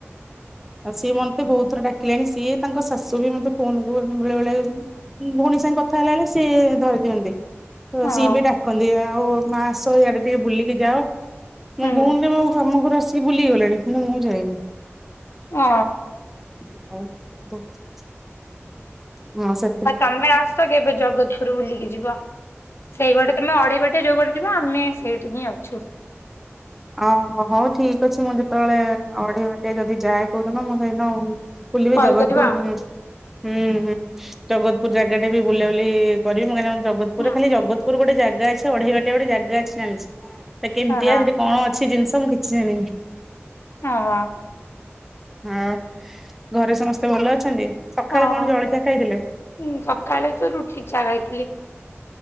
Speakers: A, in the centre; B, on the left (about 60°).
A: ସିଏ ମତେ ବହୁତ ଥର ଡାକିଲେଣି ସିଏ ତାଙ୍କ ଶାଶୁ ବି ମତେ ଫୋନ୍ ବେଳେ ବେଳେ ଭ ତାଙ୍କ କଥା ହେଲା ବେଳେ ସିଏ ଧରି ଦିଅନ୍ତି
B: ହଁ
A: ସିଏ ବି। ରଖନ୍ତି ଆଉ ମା ଆସ ଇଆଡେ ଟିକେ ବୁଲିକି ଯାଅ
B: ହୁଁ
A: ମୁଁ ଭଉଣୀ <unintelligible> ସେ ବୁଲିଗଲେଣି ମୁଁ ମୁଁ ଯାଇନି
B: ଅ।
A: <unintelligible> ମୁଁ ଆସେ
B: ଆଉ ତମେ ଆସ କେବେ ଜଗତପୁର ବୁଲିକି ଯିବା। ସେଇପଟେ ତମେ ଅଢେଇ ବାଟେ ଯୋଉ ପଟେ ଯିବ ଆମେ ସେଇଠି ହିଁ ଅଛୁ।
A: ଓ ହଉ ଠିକ ଅଛି ମୁଁ ଯେତେବେଳେ ଅଢେଇ ବାଟେ ଯଦି ଯାଏ କୋଉଦିନ ମୁଁ ସେଇଦିନ କୁଲିବି
B: କଲ୍
A: ଜଗତପୁର
B: କରିବା ଆଉ।
A: <unintelligible> ହୁଁ ହୁଁ ଜଗତପୁର ଜାଗା ଟା ବି ବୁଲାବୁଲି କରିବି ମୁଁ କା ଜଗତପୁର
B: ହୁଁ
A: ଖାଲି ଜଗତପୁର ଗୋଟେ ଜାଗା ଅଛି ଅଢେଇବାଟିଆ ଗୋଟେ ଜାଗା ଅଛି ଜାଣିଛି ହେ କେମିତିଆ
B: ହଁ
A: ସେଠି କଣ ଅଛି ଜିନିଷ ମୁଁ କିଛି ଜାଣିନି।
B: ହଁ ହଁ।
A: ହଁ ଘରେ ସମସ୍ତେ ଭଲ ଅଛନ୍ତି? ସକାଳେ
B: ହଁଁ
A: କଣ
B: ହଁ
A: ଜଳଖିଆ ଖାଇଥିଲେ?
B: ସକାଳେ ତ ରୁଟିି ଚା ଖାଇଥିଲି।